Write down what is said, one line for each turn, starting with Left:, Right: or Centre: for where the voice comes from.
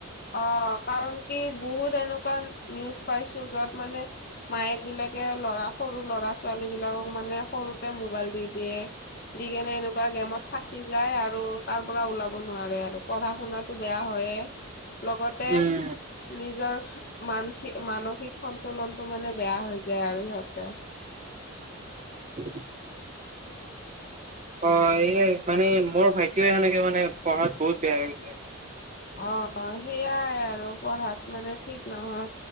Left: অ', কাৰণ কি বহুত এনেকুৱা নিউজ পাইছো যত মানে মায়েকবিলাকে ল'ৰা খ সৰু ল'ৰা ছোৱালীবিলাকক মানে সৰুতে মোবাইল দি দিয়ে। দি কেনে এনেকুৱা গেমত ফাঁচি যায়, আৰু তাৰ পৰা ওলাব নোৱাৰে আৰু। পঢ়া শুনাতটো বেয়া হয়ে, লগতে
Right: উম
Left: নিজৰ মানসিক, মানসিক সন্তুলনটো মানে বেয়া হৈ যায় আৰু সিহঁতে।
Right: <inaudible> অ', এইয়াই মানে মোৰ ভাইটিও সেনেকে মানে পঢ়াত বহুত বেয়া হৈছে।
Left: অ', সেইয়াই আৰু পঢ়াত মানে ঠিক নহয়,